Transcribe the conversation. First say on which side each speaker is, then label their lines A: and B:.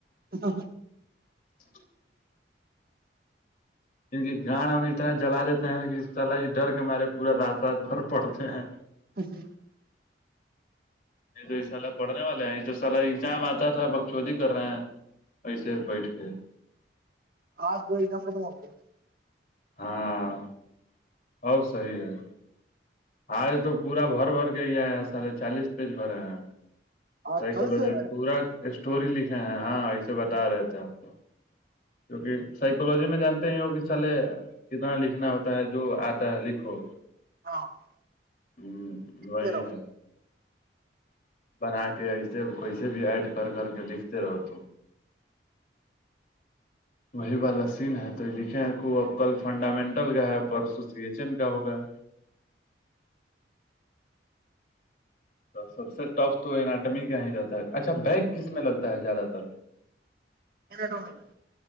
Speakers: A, on the right; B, on the left.
A: اسا س
B: <inaudible> کیونکہ گاڑ ہم اتنا جلا دیتے ہیں کہ طل ہی ڈر کے ہمارے پورا رات رات بھر پڑتے ہیں
A: ج جی <unintelligible>
B: یہ تو سالا پڑھنے والے ہیں یہ تو سال ایگزام آتا تا تھا بک چودی کر رہے ہیں ایسے بیٹھ کے <unintelligible>
A: آج دوئی د خ موکے <unintelligible>
B: ہاں <unintelligible> ہؤ صی ہے <unintelligible> آج تو پورا بھر بھر کے ہی آئے ہیں ساھے چالیس پیج بھرے ہیں
A: آج
B: سائکوج
A: کل سے
B: کبرات اسٹور ل ہاں ہاں <unintelligible> بتا رہے تھے ہم <unintelligible> کیونکہ سائیکولوجی میں جانتے ہی ہو کہ سالے کتنا لکھنا ہوتا ہے جو آتا ہے لکھو
A: ہاں <unintelligible>
B: ہوں <unintelligible> وہی
A: تیرہ
B: ہے <unintelligible> بنا کے ایسے کوئی سے بھی ایڈ کر کر کے لکھتے رہو تو وہی والا سین ہے تو یہ لکھے ہیں خوب اب کل فنڈامنٹل کا ہے پرسوسیشن کا ہوگا ہے سب سے ٹف تو اٹمی کہ ہی رہتا ہے اچھا بیک کس میں لگتا ہے زیادہ تر
A: نہیںٹ میں <unintelligible>